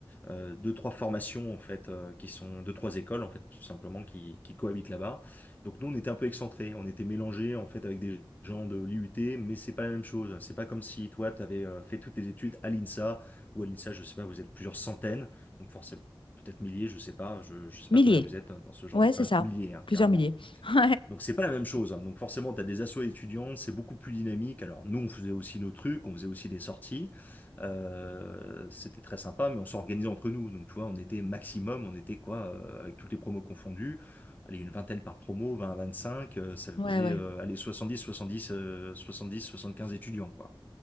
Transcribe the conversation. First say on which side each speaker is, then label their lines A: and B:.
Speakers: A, on the left; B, on the left.
A: euh, deux, trois formations en fait euh, qui sont deux, trois écoles en fait tout simplement qui, qui cohabitent là-bas. Donc nous on était un peu excentrés, on était mélangés en fait avec des gens de l'IUT, mais c'est pas la même chose. C'est pas comme si toi tu avais fait toutes tes études à l'INSA ou à l'INSA, je sais pas, vous êtes plusieurs centaines, donc forcément peut-être milliers, je sais pas, je, je sais
B: Milliers.
A: pas combien vous êtes hein, dans ce genre
B: Ouais,
A: d'école,
B: c'est ça.
A: milliers hein,
B: Plusieurs
A: carrément.
B: milliers. <laughs>
A: Donc c'est pas la même chose. hein. Donc forcément, tu as des assos étudiantes, c'est beaucoup plus dynamique. Alors nous, on faisait aussi nos trucs, on faisait aussi des sorties. Euh, c'était très sympa, mais on s'organisait entre nous. Donc tu vois, on était maximum, on était quoi, euh, avec toutes les promos confondues, allez, une vingtaine par promo, 20, à cinq euh, ça
B: Ouais,
A: faisait
B: ouais, ouais.
A: euh, allez, 70, 70, euh, soixante-dix, soixante-quinze étudiants, quoi.